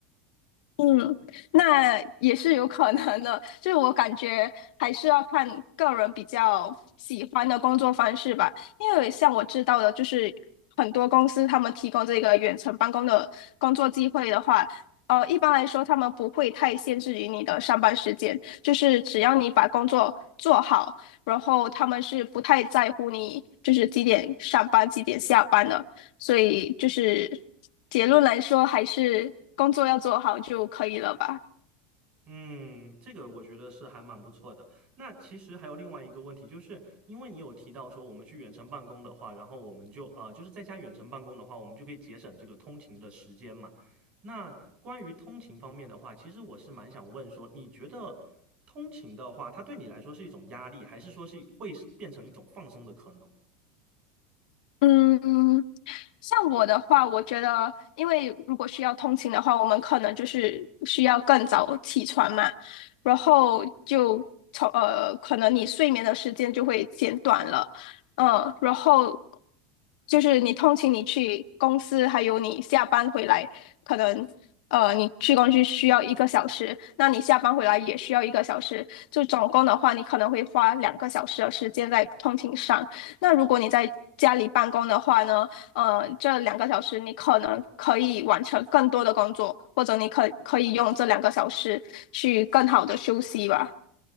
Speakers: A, on the left; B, on the right.
A: 嗯，那也是有可能的，就是我感觉还是要看个人比较喜欢的工作方式吧。因为像我知道的，就是很多公司他们提供这个远程办公的工作机会的话，呃，一般来说他们不会太限制于你的上班时间，就是只要你把工作做好，然后他们是不太在乎你就是几点上班、几点下班的。所以就是结论来说，还是工作要做好就可以了吧。
B: 嗯，这个我觉得是还蛮不错的。那其实还有另外一个问题，就是因为你有提到说我们去远程办公的话，然后我们就呃就是在家远程办公的话，我们就可以节省这个通勤的时间嘛。那关于通勤方面的话，其实我是蛮想问说，你觉得通勤的话，它对你来说是一种压力，还是说是会是变成一种放松的可能？
A: 嗯，像我的话，我觉得，因为如果是要通勤的话，我们可能就是需要更早起床嘛，然后就从呃，可能你睡眠的时间就会减短了，嗯，然后就是你通勤，你去公司，还有你下班回来，可能呃，你去公司需要一个小时，那你下班回来也需要一个小时，就总共的话，你可能会花两个小时的时间在通勤上。那如果你在家里办公的话呢？呃，这两个小时你可能可以完成更多的工作，或者你可可以用这两个小时去更好的休息吧。